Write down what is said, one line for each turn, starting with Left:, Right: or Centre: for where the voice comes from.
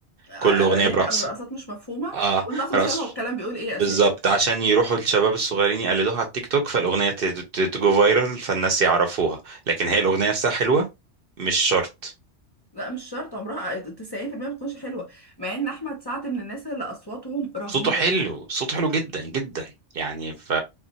Left: آه،
Right: كل اغنيه
Left: ليه
Right: برقصه
Left: لا الرقصات مش مفهومه
Right: اه
Left: وانت اصلا مش
Right: رقص
Left: فاهمه هو الكلام بيقول ايه اساسا
Right: بالظبط عشان يروحوا الشباب الصغيرين يقلدوها على التيك توك فالاغنيه ت- ت- تجو فايرال فالناس يعرفوها لكن هي الاغنيه نفسها حلوه مش شرط
Left: لا مش شرط عمرها 90% ما بتكونش حلوة مع ان احمد سعد من الناس اللي اصواتهم رهيبة
Right: صوته حلو صوته حلو جدا جدا يعني ف